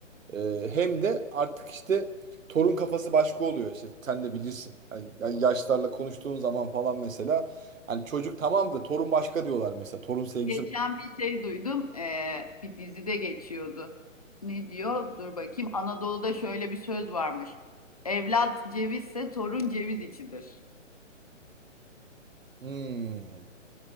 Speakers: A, on the right; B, on the left.
A: e, hem de artık işte torun kafası başka oluyor. İşte sen de bilirsin. Hani ya- yaşlarla konuştuğun zaman falan mesela hani çocuk tamam da torun başka diyorlar mesela. Torun sevgisi.
B: Geçen bir şey duydum. E, bir dizide geçiyordu. Ne diyor? Dur bakayım. Anadolu'da şöyle bir söz varmış. Evlat cevizse torun ceviz içidir.
A: Hmm,